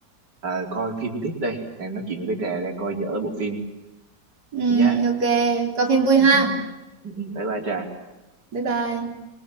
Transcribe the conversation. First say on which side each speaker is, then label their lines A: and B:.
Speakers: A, on the right; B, on the right.
A: ờ, coi phim tiếp đây đang nói chuyện với Trà đang coi dở bộ phim
B: Ừm,
A: nha
B: ok coi phim vui
A: ừ,
B: ha
A: ừ, ừ, ừ. bye bye Trà
B: bye bye